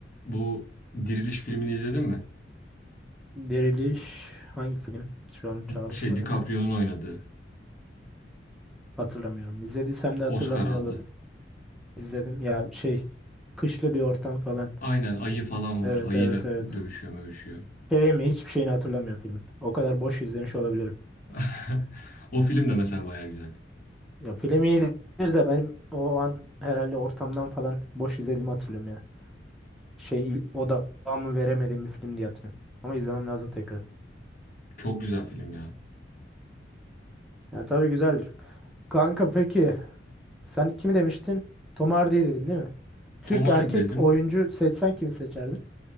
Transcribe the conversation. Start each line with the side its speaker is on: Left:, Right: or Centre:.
Left: bu Diriliş filmini izledin mi?
Centre: Diriliş hangi film? Şu an çağrışmadı.
Left: Şey DiCaprio'nun oynadığı.
Centre: Hatırlamıyorum. İzlediysem de hatırlamıyor
Left: Oscar aldı.
Centre: olurum. İzledim ya şey kışlı bir ortam falan.
Left: Aynen ayı falan
Centre: Evet
Left: var. Ayıyla
Centre: evet evet.
Left: dövüşüyor mövüşüyor.
Centre: Filmi hiçbir şeyini hatırlamıyorum filmin. O kadar boş izlemiş olabilirim.
Left: <laughs> O film de mesela baya güzel.
Centre: Ya film iyidir de benim o an herhalde ortamdan falan boş izlediğimi hatırlıyorum ya. Şey il- odamı veremediğim bir film diye hatırlıyorum. Ama izlemem lazım tekrar.
Left: Çok güzel film ya.
Centre: Ya tabii güzeldir. Kanka peki sen kimi demiştin? Tom Hardy'yi dedin değil mi? Türk
Left: Tom Hardy
Centre: erkek
Left: dedim.
Centre: oyuncu seçsen kimi seçerdin?